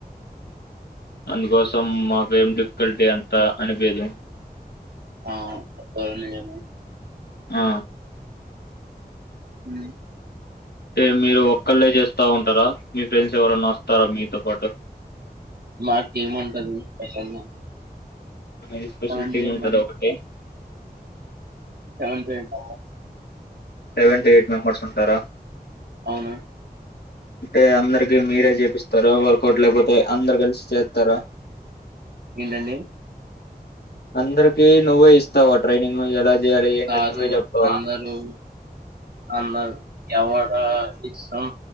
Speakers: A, on the left; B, on the right.
A: అందుకోసం మాకేం డిఫ్కల్టీ అంతా అనిపియ్యదు
B: ఆ పోనిలే
A: ఆ
B: ఉ
A: టె మీరు ఒక్కల్లె చేస్తా ఉంటరా మీ ఫ్రెండ్స్ ఎవరన్న ఒస్తరా మీతో పాటు
B: మా టీం ఉంటది స్పెషల్ గా
A: అది స్పెషల్
B: సెవెన్
A: టీమ్
B: టు ఎయిట్
A: ఉంటద ఒకటి
B: సేవంటి eight members
A: seven to eight members ఉంటరా
B: ఔను
A: అంటే అందరికి మీరే చేపిస్తర వర్కౌట్ లేకపోతే అందరు కలిసి చేత్తరా
B: ఏంటండీ
A: అందర్కి నువ్వె ఇస్తావా ట్రైనింగ్ ఎలా చేయాలి ఏంటని
B: కాదు
A: నువ్వే చెప్తావా
B: అందరూ అందరూ ఎవడా ఇస్తం